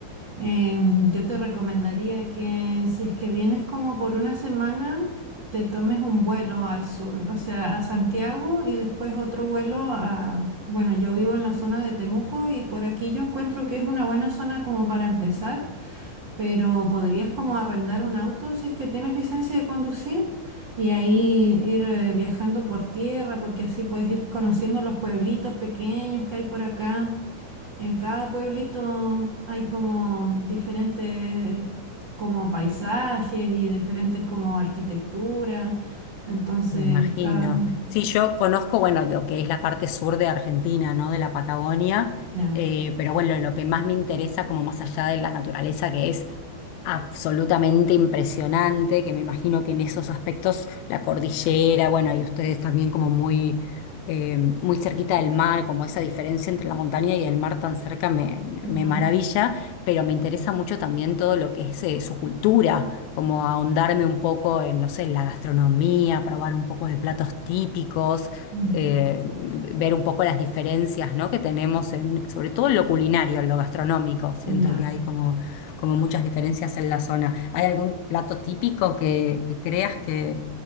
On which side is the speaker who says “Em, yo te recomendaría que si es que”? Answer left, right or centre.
Right